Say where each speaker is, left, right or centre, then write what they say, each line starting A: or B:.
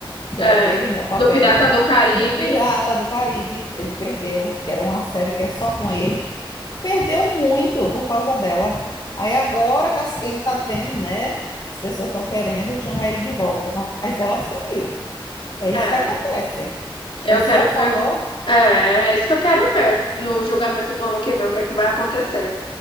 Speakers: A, on the left (about 45°); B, on the left (about 75°).
A: que
B: É.
A: era dele, né? O papel.
B: Do Pirata do Caribe.
A: Do Pirata do Caribe, ele perdeu, que era uma série que é só com ele perdeu muito por causa dela. Aí agora que as- que ele está tendo, né? As pessoas estão querendo chamar ele de volta, mas ela sumiu. É
B: É.
A: isso que acontece.
B: Eu
A: A pessoa
B: quero
A: falou,
B: ver. É, é isso que eu quero ver. No julgamento do ano que vem, o que é que vai acontecer.